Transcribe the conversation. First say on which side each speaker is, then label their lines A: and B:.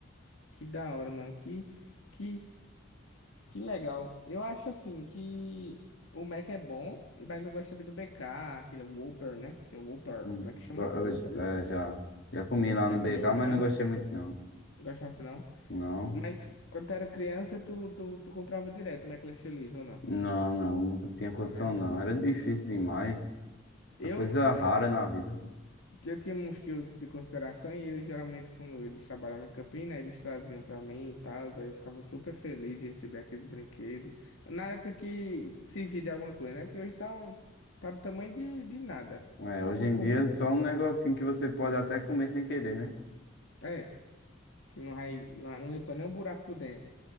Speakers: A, on the left; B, on the left.
A: Que da hora, mano. Que, que, que legal. Eu acho assim que o Mac é bom, mas eu gosto também do BK, aquele Whopper, né? Que é o Whopper,
B: Hum.
A: como é que chama?
B: Eu,
A: Whopper?
B: eu, é, já, já comi lá no
A: Já
B: BK,
A: comeu
B: mas
A: já?
B: não gostei muito não.
A: Gostasse não?
B: Não.
A: Mas quando tu era criança, tu, tu, tu comprava direto McLanche Feliz, ou não?
B: Não, não, nunca tinha condição
A: Não, né?
B: não. Era difícil demais.
A: Eu,
B: É coisa
A: eh,
B: rara na vida.
A: que eu tinha uns tios de consideração e eles geralmente, quando eles trabalhavam em Campina, né, eles traziam pra mim e tal, aí eu ficava super feliz de receber aqueles brinquedos. Na época que servia de alguma coisa, né? Porque hoje tá, um, tá do tamanho de, de nada. Então
B: É,
A: acaba
B: hoje em
A: com.
B: dia é só um negocinho que você pode até comer sem querer, né?
A: É, que não vai, não, não limpa nem o buraco do dente